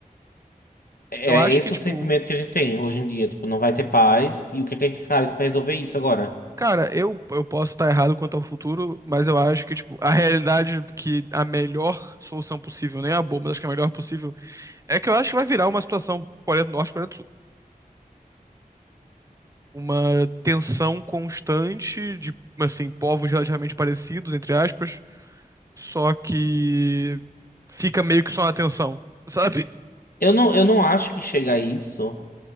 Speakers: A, on the left; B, on the right.
A: É
B: Eu acho
A: esse
B: que, tipo,
A: o sentimento que a gente tem hoje em dia. Tipo, não vai ter paz. E o que é que a gente faz pra resolver isso agora?
B: cara, eu, eu posso estar errado quanto ao futuro, mas eu acho que, tipo, a realidade que a melhor solução possível, nem a boa, mas acho que a melhor possível, é que eu acho que vai virar uma situação Coreia do Norte, e Coreia do Sul. Uma tensão constante de, assim, povos relativamente parecidos, entre aspas só que fica meio que só na tensão, sabe?
A: Eu não, eu não acho que chega a isso.